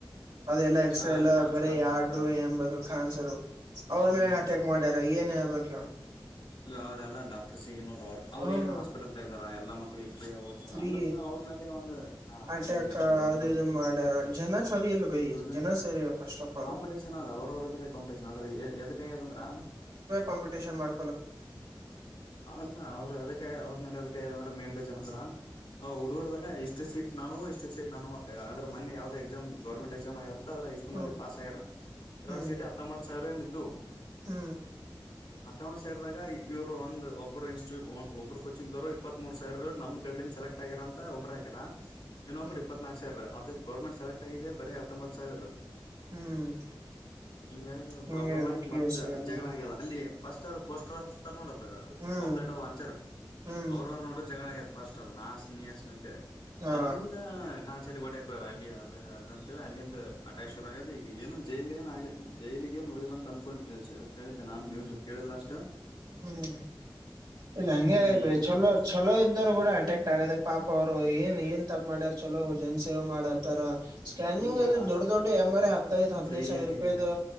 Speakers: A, on the right; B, on the left.
A: ಅದ ಎಲ್ಲಾ ಎಕ್ಸ್ರ
B: ಹಾ
A: ಎಲ್ಲ
B: ಕಾನ್ಸರ್
A: ಬರೀ
B: ಅಂತಾರ
A: ಆಡು
B: ಹ
A: ಏನಾ ಬೇಕಾರೂ ಕಣ್ಣಿಸರು ಅವ್ರದೇ
B: ಹ್ಮ್
A: ಹಟ್ಯಾಕ್ ಮಾಡ್ಯಾರ ಏನ್ ಹೇಳಬೇಕು ಹೇಳು
B: ಅವ್ರೆಲ್ಲ ಡಾಕ್ಟರ್ ಸಿ ನೋಡ ಅವ್ ಅವರು
A: ಹ್ಮ್
B: ಏನ್ ಹಾಸ್ಪಿಟಲ್ ತಗ್ದಾರ ಎಲ್ಲ ಮಕ್ಕಳ ಮಳ ಫ್ರೀಯಾಗ ಓದಿಸರ
A: ಫ್ರೀ
B: ಅಂದ್ರನು ಅವ್ರ ಮೇಲೆ ಒಂದು ಅದಿಕ್ಕೆ
A: ಅಟ್ಯಾಕ್
B: ಇದುದ್ರು
A: ಅದು ಇದು ಮಾಡ್ಯಾರ ಜನ ಸರಿ ಇಲ್ಲ ಬೈ
B: ಸ್ಟೂಡೆಂಟ್
A: ಜನ ಸರಿ ಇಲ್ಲ ಫಸ್ಟ್ ಆಫ್ ಆಲ್
B: ಕಾಂಪಿಟೇಷನ್ ಅದು ಅವ್ರವ್ರದ್ರೆ ಕಾಂಪಿಟೇಷನ್ ಆದ್ರೆ ಎದಕ್ಕ ಅದಂದ್ರ
A: ಕಾಪಟೇಷನ್ ಮಾಡ
B: ಅಲ್ಲ ಅವ್ರ ಎದಕಾಯ ಅವ್ರ ಮೇಲೆ ಯದಕಗದ ಅಂದ್ರೆ ಮೇನ್ ರೀಸನ್ ಅಂದ್ರ ಅ ಹುಡುಗರ್ದಾಗ ಇಷ್ಟು ಸೀಟ್ ನಾನು ಇಷ್ಟು ಸೀಟ್ ನಾನು ಅಂದ್ರ ಮೊನ್ನೆ ಯಾವ್ದ ಎಕ್ಸಾಮ್ ಗೌರ್ಮೆಂಟ್ ಎಕ್ಸಾಮ್ ಆಯದ ಅದ್ರಲ್ಲಿ ಇಷ್ಟು
A: ಹ್ಮ್
B: ಮಂದಿ ಪಾಸ್ ಆಗರ ಜನರಲ್
A: ಹ್ಮ್
B: ಸೀಟ ಹತ್ತೊಂಬತ್ ಸಾವಿರ ಏನ ಇದಿದ್ದು
A: ಹ್ಮ್
B: ಇತ್ತ ಆವಾ ಸೇರದಾಗ ಇವರು ಒಂದು ಒಬ್ರು ಇಸ್ಟಿಟ್ಯೂಟ್ ಒಬ್ರು ಕೋಚಿಂಗ್ವರು ಇಪ್ಪತ್ ಮೂರು ಸಾವರು ನಮ್ಗಳಿಂದ ಸೆಲೆಕ್ಟ್ ಗಾರ ಅಂತ ಒಬ್ಬ್ರ ಹಕಾರ ಇನ್ನೊಬ್ರು
A: ಹ್ಮ್
B: ಇಪ್ಪತ್ನಾಲ್ಕ ಸಾವಿರ ಅದು ಗವರ್ನಮೆಂಟ್ ಸೆಲೆಕ್ಟ್ ಆಗಿದೆ ಬರಿ ಹತ್ತೊಂಬತ್ತು ಸಾವರ
A: ಹ್ಮ್
B: ಹಿಂಗಾಗಿ ಅಲ್ಲಿ
A: ಹ್ಮ್
B: ಪ್ರಾಬ್ಲಮ್ ಆಗಿ ಮತ್ತ ಜಗಳ ಆಗ್ಯದ ಅಲ್ಲಿ ಅಷ್ಟಟ್ ಅದು ಪೋಸ್ಟರ್ ಹಚ್ತ ನೋಡದು
A: ಹ್ಮ್
B: ಪಾಪುಲೇಟ್ ಅವ್ ಅಂಚರ್
A: ಹ್ಮ್
B: ಅವ್ರವರು ನೋಡು ಜಗಳ ಆಗ್ಯದ ಫಸ್ಟ್ ಅದು ನಾ ಹಚ್ಚಿ ನೀ ಹಚ್ಚೋನ ಅಂತ ಹೇಳಿ
A: ಹಾ
B: ಅಲ್ಲಿಂದ ಹೊಡಿಯೋಕೆ ಹೋಗರ ಅದ ಅಂತ ಹೇಳಿ ಅಲ್ಲಿಂದ ಅಟ್ಯಾಕ್ ಶುರು ಆಗದ ಈಗ ಏನಾದ ಜೈಲ ಏನು ಆಗ ಜೈಲಗೇನು ಹೋಗ್ಯರ ಅಂತ ಅನ್ಕೊಂಡು ಕೇಳಿದ್ದೆ ನಾನು ನ್ಯೂಸ್ ಕೇಳಿಲ್ಲ ಅಷ್ಟಟ್
A: ಹ್ಮ್ ಇಲ್ಲ ಹಂಗೆ
B: ಇನ್ನ ಏನೇನ
A: ಚಲೋ
B: ಅದ.
A: ಚಲೋ ಇದ್ದರು ಕೂಡ ಅಟ್ಯಾಕ್ಟ್ ಆಗದೆ ಪಾಪ ಅವ್ರು ಏನ್ ಏನ್ ತಪ್ಪ ಮಾಡ್ಯಾರ ಚಲೋ ಜನ ಸೇವೆ ಮಾಡತರ ಸ್ಕ್ಯಾನಿಂಗ್ದು
B: ಹ್ಮ್ ಎಲ್ಲ ಹಾಸ್ಪಿಟಲ್
A: ದೊಡ್ಡ ದೊಡ್ಡ ಎಂ ಆರ್ ಐ ಹತ್ತೈದು ಹದಿನೈದು
B: ಫ್ರೀ
A: ಸಾವಿರ
B: ಆಗಿ
A: ರೂಪಾಯಿ ಅದು